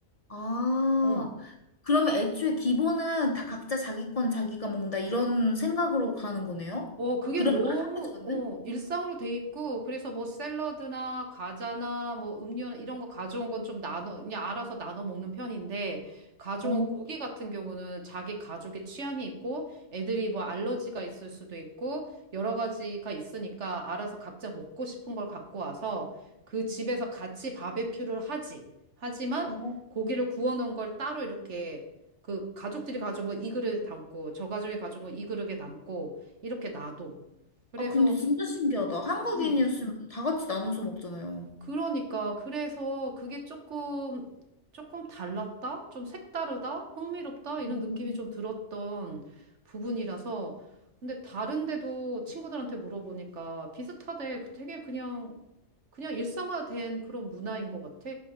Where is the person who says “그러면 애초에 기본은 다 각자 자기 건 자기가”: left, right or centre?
Left